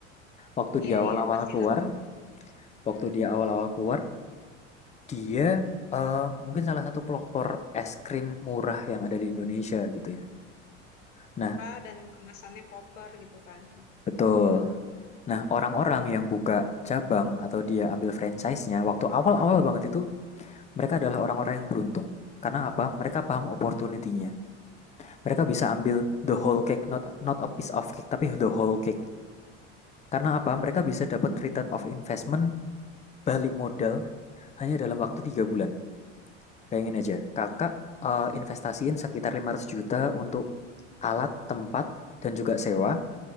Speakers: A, on the left; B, on the left.
A: Waktu
B: Iya,
A: dia awal-awal
B: iya, pastilah.
A: keluar, waktu
B: Mm.
A: dia awal-awal keluar, dia eh, mungkin salah satu pelopor es krim murah yang ada di Indonesia gitu ya. Nah,
B: Murah dan kemasannya proper gitu kan. Mm.
A: betul. Nah, orang-orang yang buka cabang atau dia ambil franchise-nya waktu awal-awal banget itu Mereka adalah orang-orang yang beruntung. Karena apa? Mereka paham opportunity-nya. Mereka bisa ambil the whole cake, not not a piece of cake, tapi the whole cake. Karena apa? Mereka bisa dapat return of investment balik modal hanya dalam waktu tiga bulan. Bayangin aja, kakak eh, investasiin sekitar 500 juta untuk alat, tempat, dan juga sewa,